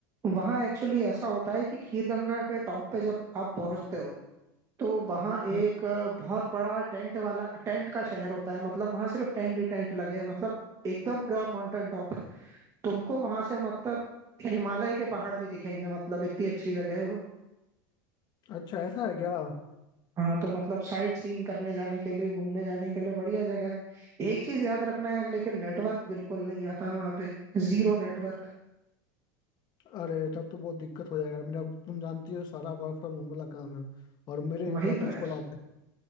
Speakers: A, on the right; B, on the left.
A: वहां एक्चुअली ऐसा होता है कि खीर गंगा के टॉप पे जब आप पहुंचते हो तो वहां एक
B: हम्म
A: अ, बहुत बड़ा टेंट वाला टेंट का शहर होता है मतलब वहां सिर्फ टेंट ही टेंट लगे हैं मतलब एकदम प्योर माउंटेन टॉप है तुमको वहां से मतलब हिमालय के पहाड़ भी दिखेंगे मतलब इतनी अच्छी जगह है वो
B: अच्छा ऐसा है क्या
A: हाँ तो मतलब साइट सीइंग करने जाने के लिए घूमने जाने के लिए बढ़िया जगह है एक चीज याद रखना है लेकिन नेटवर्क बिल्कुल नहीं आता वहां पे Zero network
B: अरे तब तो बहुत दिक्कत हो जाएगा मेरा तुम जानती हो सारा वर्क फ्रॉम होम वाला काम है और मेरे इंपॉर्टेंस
A: वही तो यार
B: को लाते